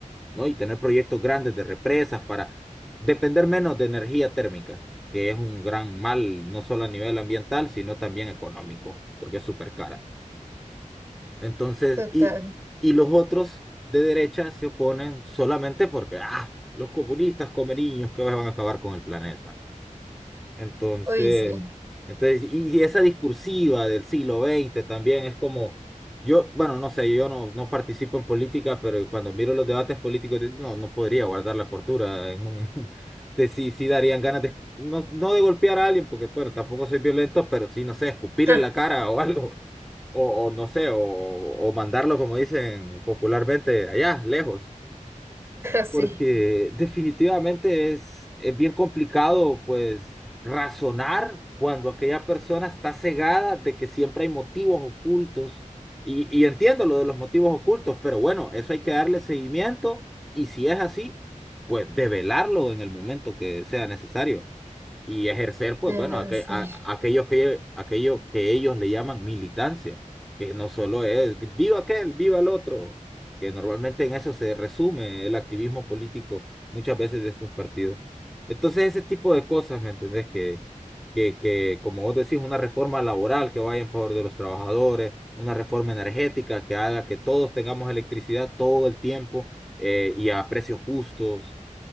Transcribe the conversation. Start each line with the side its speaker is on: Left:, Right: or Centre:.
Centre: ¿no? Y tener proyectos grandes de represas para depender menos de energía térmica, que es un gran mal, no solo a nivel ambiental, sino también económico, porque es súper cara. Entonces,
Right: total.
Centre: y, y los otros de derecha se oponen solamente porque, ah, los comunistas come niños que van a acabar con el planeta. Entonces,
Right: Uy, sí.
Centre: entonces, y y esa discursiva del siglo veinte también es como, yo, bueno, no sé, yo no, no participo en política, pero cuando miro los debates políticos, di- no, no podría guardar la cordura en un, <laughs> te, sí, sí darían ganas de, no, no de golpear a alguien, porque, bueno, tampoco soy violento, pero sí, no sé, escupirle
Right: <laughs>
Centre: en la cara o algo, o, o no sé, o, o mandarlo, como dicen popularmente, allá, lejos
Right: Sí.
Centre: porque definitivamente es, es bien complicado, pues, razonar cuando aquella persona está cegada de que siempre hay motivos ocultos. Y, y entiendo lo de los motivos ocultos, pero bueno, eso hay que darle seguimiento y si es así, pues develarlo en el momento que sea necesario y ejercer, pues
Right: Bueno,
Centre: bueno, aque-
Right: sí.
Centre: a- aquellos que, aquellos que ellos le llaman militancia, que no solo es viva aquel, viva el otro, que normalmente en eso se resume el activismo político muchas veces de estos partidos. Entonces, ese tipo de cosas, ¿me entendés? Que, que, que, como vos decís, una reforma laboral que vaya en favor de los trabajadores, una reforma energética que haga que todos tengamos electricidad todo el tiempo eh, y a precios justos